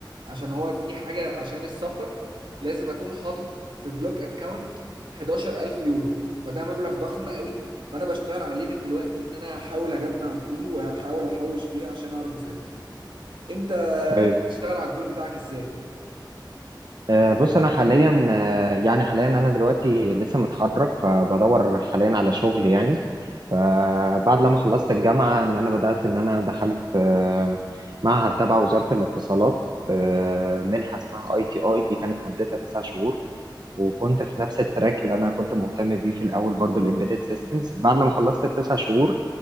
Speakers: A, on the right; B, on the right.
A: عشان هو في حاجه عشان السفر لازم اكون حاطط في بلوك اكاونت 11000 يورو فده مبلغ ضخم قوي فانا بشتغل عليه من دلوقتي ان انا احاول اجمع فيه واحاول احوش فيه عشان اعرف اسافر انت
B: طيب
A: بتشتغل على الجول بتاعك ازاي
B: آه، بص انا حاليا آه، يعني حاليا انا دلوقتي لسه متخرج فبدور حاليا على شغل يعني فبعد لما خلصت الجامعه ان انا بدات ان انا دخلت آه، معهد تبع وزاره الاتصالات آه، منحه اسمها اي تي اي دي كانت مدتها تسع شهور وكنت في نفس التراك اللي انا كنت مهتم بيه في الاول برضو الامبيدد سيستمز بعد لما خلصت التسع شهور